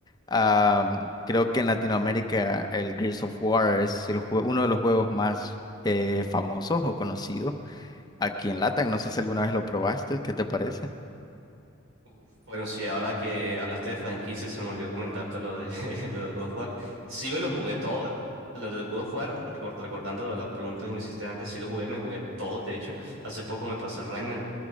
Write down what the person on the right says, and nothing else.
Uf, Bueno, sí, ahora que hablaste de franquicias, se me olvidó comentarte lo de, <laughs> lo de God of War. Sí me lo jugué todo, lo de God of War, recor- recordando la pregunta que me hiciste antes, sí lo jugué, me jugué todo, de hecho. Hace poco me pasé el Ragnarok,